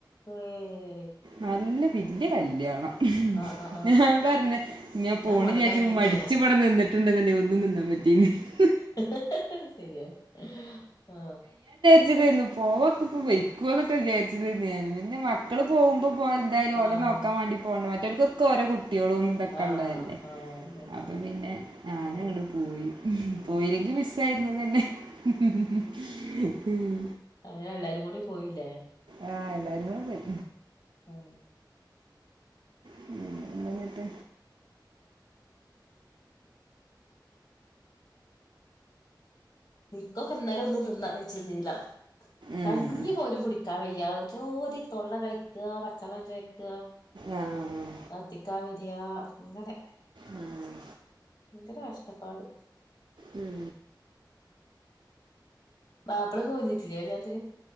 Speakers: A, on the left; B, on the right.
A: ഏഹ്
B: നല്ല വല്ല്യ കല്ല്യാണ
A: ആ ആ
B: <unintelligible>
A: ആ
B: ഞാൻ പറഞ്ഞേ ഞാൻ പോണ്
A: മൊതലായിരിക്കുല്ലേ
B: ല്ല്യച്ചിട്ട് മടിച്ചു വടെ നിന്നിട്ടുണ്ടെന്നണ്ട ഒന്നും <unintelligible>
A: <unintelligible> ശരിയാ ആ
B: <unintelligible> പോവ ക്ക് പ്പോ വെയ്ക്കോ ന്ന് ഒക്കെ <unintelligible> മക്കൾ പോവുമ്പോ <unintelligible> <unintelligible> ഓലെ
A: ആഹ്
B: നോക്കാൻ വേണ്ടി <unintelligible> മറ്റൊര്ക്കൊക്ക ഓരോ കുട്ട്യോളും. <unintelligible>
A: ആഹ് ആഹ് അതെ
B: അപ്പം പിന്നെ ഞാനും
A: ഉം
B: അങ്ങട് <unintelligible> <unintelligible> പോയില്ലെങ്കിൽ മിസ്സായിരുന്നു തന്നെ <unintelligible> ഉം
A: <unintelligible> എല്ലാരും കൂടി പോയില്ലേ.
B: ആ എല്ലാരും കൂടെ പോയി.
A: ആ
B: <unintelligible> ന്താ ന്നിട്ട്.
A: നിക്കൊക്ക ഇന്നലൊന്നും തിന്നാ വയ്ച്ചീന്നില്ല
B: ഉം.
A: കഞ്ഞി പോലും <unintelligible> <unintelligible> ജ്ജാതി തൊള്ള കയിക്ക, പച്ചൊള്ളം ചോയ്ക്ക.
B: ആ ആ
A: <unintelligible> വരാ അങ്ങനെ.
B: ഉം
A: <unintelligible> കഷ്ടപ്പാട്
B: ഉം
A: മാപ്പള <unintelligible> കല്യണത്തിന്